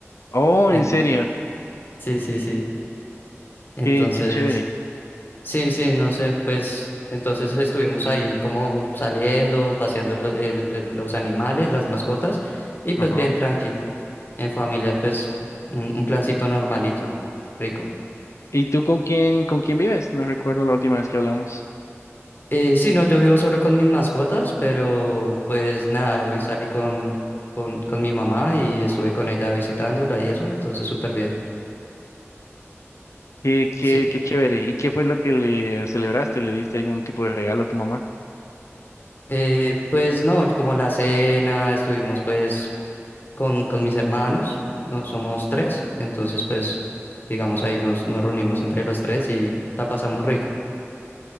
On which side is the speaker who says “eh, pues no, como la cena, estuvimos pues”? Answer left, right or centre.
Left